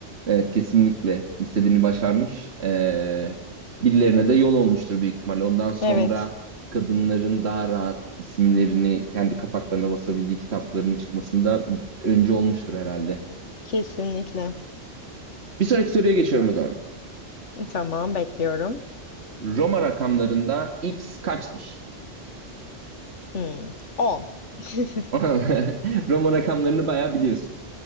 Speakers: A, on the right; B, on the left.
A: Evet kesinlikle istediğini başarmış. Ee, birilerine de yol olmuştur büyük ihtimalle. Ondan sonra
B: Evet,
A: kadınların daha rahat isimlerini kendi kapaklarına basabildiği kitapların çıkmasında öncü olmuştur herhalde.
B: kesinlikle.
A: Bir sonraki soruya geçiyorum o zaman.
B: Tamam bekliyorum.
A: Roma rakamlarında x kaçtır?
B: Hmm, 10. <laughs>
A: <laughs> Roma rakamlarını bayağı biliyorsun.